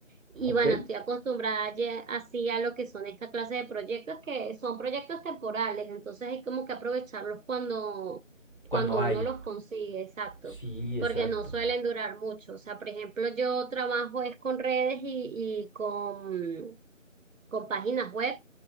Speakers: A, on the right; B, on the left.
A: y
B: Ok.
A: bueno, estoy acostumbrada ya así a lo que son esta clase de proyectos que son proyectos temporales, entonces hay como que aprovecharlos cuando,
B: Cuando
A: cuando
B: hay.
A: uno los consigue, exacto,
B: Sí,
A: porque
B: exacto.
A: no suelen durar mucho. O sea, por ejemplo, yo trabajo es con redes y, y con, con páginas web.